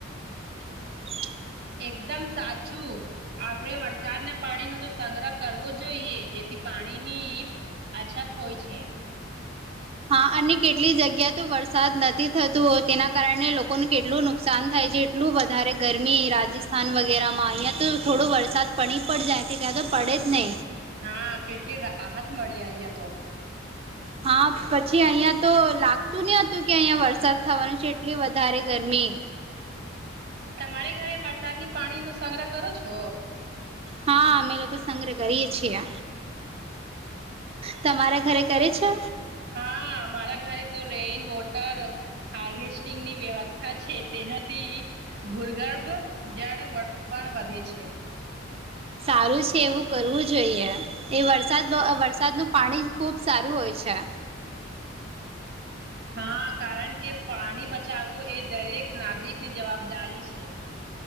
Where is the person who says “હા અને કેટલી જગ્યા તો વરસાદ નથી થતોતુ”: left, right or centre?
Right